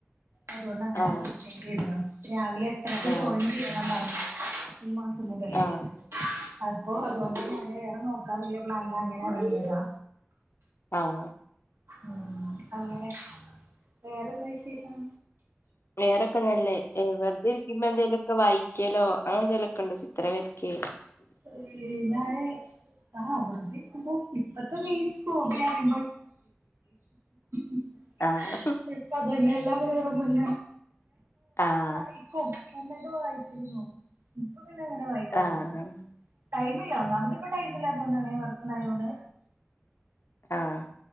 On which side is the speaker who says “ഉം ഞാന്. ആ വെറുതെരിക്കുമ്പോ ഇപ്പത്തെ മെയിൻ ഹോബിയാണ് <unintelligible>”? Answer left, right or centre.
Right